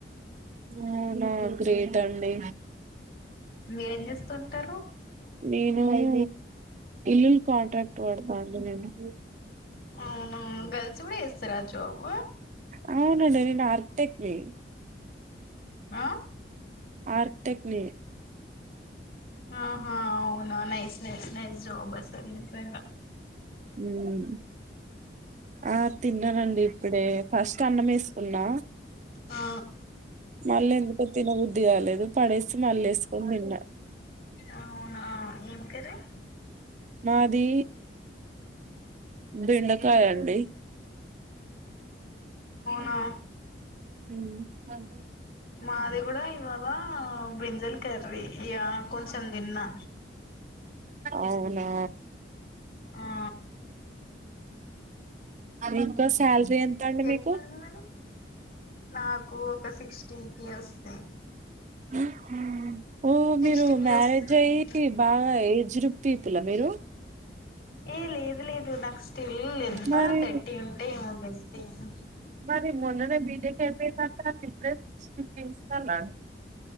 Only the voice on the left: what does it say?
మీరేం చేస్తుంటారు
అవునా గర్ల్స్ కూడా చేస్తారా జాబ్
ఆ
ఆ హా అవునా నైస్ నైస్ నైస్ జాబ్ అసలు నిజంగా
ఆ
అవునా ఏం కర్రీ
నా
మాది గూడా ఇవాళ బ్రింజల్ కర్రీ ఈయ కొంచెం దిన్నా
ఆ
ఎట్లుంది
మరి నాకు ఒక సిక్టీ కే వస్తాయ్
సిక్స్టీకి
వస్తుంది
ఏ లేదు లేదు నాకు స్టిల్ ఎంత
థర్టీ ఉంటే ఏమో గంతే